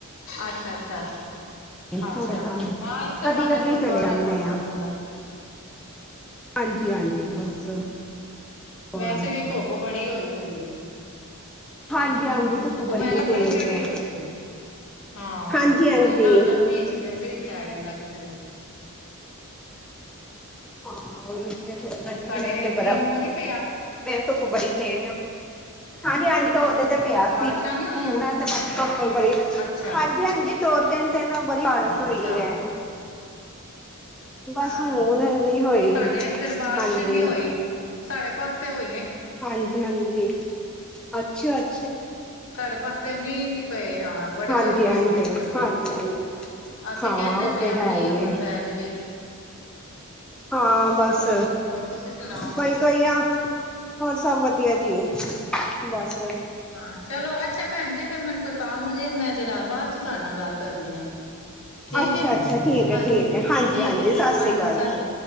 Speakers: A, on the left; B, in the centre.
A: ਅੱਛਾ ਅੱਛਾ ਅੱਛਾ
B: ਥੋੜੇ ਤਾਂ
A: ਹਾਂ ਇਹ ਸਾਹਿਬਾਨੇ
B: ਕਦੀ-ਕਦੀ
A: ਗੁਰਦੁਆਰੇ
B: ਚਲੇ ਜਾਂਦੇ
A: ਹੋ ਆਂਦਾ ਬੰਦਾ
B: ਹਾਂਜੀ ਹਾਂਜੀ ਬਸ ਹੋਰ
A: ਵੈਸੇ ਵੀ ਧੁੱਪ ਬੜੀ ਹੋਈ ਹੋਈ ਹੈ
B: ਹਾਂਜੀ ਹਾਂਜੀ ਧੁੱਪ ਬੜੀ
A: ਮੈਂ ਕਿਹਾ
B: ਤੇਜ਼
A: ਚੜੀ
B: ਹੈ
A: ਹੋਈ ਹਾਂ
B: ਹਾਂਜੀ-ਹਾਂਜੀ
A: ਓਹੀ ਨਾ ਗਰਮੀ ਚ ਵੈਸੇ ਵੀ ਨਹੀਂ ਆਇਆ ਜਾਂਦਾ ਕਿਧਰ
B: ਹਾਂ ਫਿਰ ਗਰਮੀ
A: ਤੁਹਾਡੇ
B: ਵਿੱਚ
A: ਮੀਂਹ
B: ਬੜਾ
A: ਮੂੰਹ ਨੀ ਪਿਆ
B: ਧੁੱਪ ਬੜੀ ਤੇ ਹਾਂਜੀ ਦੋ ਦੇ ਤੇ
A: ਹਾਂ
B: ਪਿਆ
A: ਬਾਰਿਸ਼ਾਂ
B: ਸੀ
A: ਨੀ ਹੋਈਆਂ
B: ਹੁਣ ਤੇ ਮ ਉੱਪਰ ਬੜੀ
A: ਅੱਛਾ
B: ਹਾਂਜੀ ਹਾਂਜੀ ਦੋ ਤਿੰਨ ਤਿੰਨ ਉਹ ਬੜੀ ਬਾਰਿਸ਼
A: ਅੱਛਾ
B: ਹੋਈ ਹੈ ਬਸ
A: ਹਾਂ
B: ਹੁ ਨੀ ਹੋਈ
A: ਸਾਡੇ ਇੱਧਰ ਬਾਰਿਸ਼
B: ਹਾਂਜੀ
A: ਨੀ ਹੋਈ ਸਾਡੇ ਪਾਸੇ ਹੋ
B: ਹਾਂਜੀ ਹਾਂਜੀ ਅੱਛਾ ਅੱ
A: ਸਾਡੇ ਪਾਸੇ ਮੀਂਹ ਨੀ ਪਏ ਹਾਂ ਬੜੀ
B: ਹਾਂਜੀ
A: ਗਰਮੀ
B: ਹਾਂਜੀ
A: ਹੋਈ ਇੱਧਰ ਤੇ
B: ਹਾਂਜੀ ਹਾਂਜੀ
A: ਅਸੀਂ
B: ਹਾਂ
A: ਕਹਿੰਦੇ
B: ਉਹ
A: ਪਏ
B: ਤੇ
A: ਹ
B: ਹੈ
A: ਮੀਂਹ
B: ਹੀ
A: ਹੋ
B: ਹੈ
A: ਪੈ ਜਾਵੇ
B: ਹਾਂ ਬਸ
A: ਹੋਰ ਤੁਸੀਂ ਸੁਣਾਓ
B: ਬਈ ਕੋਈ ਆ ਹੋਰ ਸਭ ਵਧੀਆ ਵਧੀਆ ਜੀ
A: ਹਾਂ
B: ਬਸ
A: ਹਾਂ ਚਲੋ ਅੱਛਾ ਭੈਣ ਜੀ ਫੇਿਰ ਮੈਨੂੰ ਕੋਈ ਕੰਮ ਜੇ ਮੈਂ ਜਰਾ ਬਾਅਦ ਚ ਤੁਹਾਡੇ ਨਾਲ ਗੱਲ ਕਰਨੀ ਆ ਠੀਕ
B: ਅੱਛਾ
A: ਹੈ
B: ਅੱਛਾ ਠੀਕ
A: ਹਾਂਜੀ
B: ਆ ਠੀਕ ਆ ਹਾਂਜੀ
A: ਠੀਕ
B: ਹਾਂਜੀ
A: ਹੈ
B: ਸਤਿ
A: ਹਾਂਜੀ
B: ਸ੍ਰੀ ਅਕਾਲ
A: ਸਤਿ
B: ਜੀ